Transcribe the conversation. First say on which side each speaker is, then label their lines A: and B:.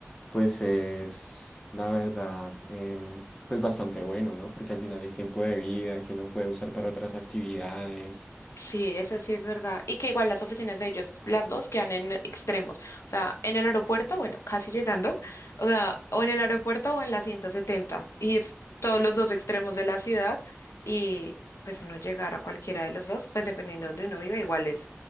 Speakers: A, on the left; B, on the left.
A: pues es la verdad, em, pues bastante bueno, ¿no? Porque al final es tiempo de vida que uno puede usar para otras actividades.
B: Sí, eso sí es verdad. Y que igual las oficinas de ellos, las dos quedan en extremos. O sea, en el aeropuerto, bueno, casi llegando, o sea, o en el aeropuerto o en la ciento setenta Y es todos los dos extremos de la ciudad. Y pues uno llegar a cualquiera de los dos, pues dependiendo de donde uno viva, igual es.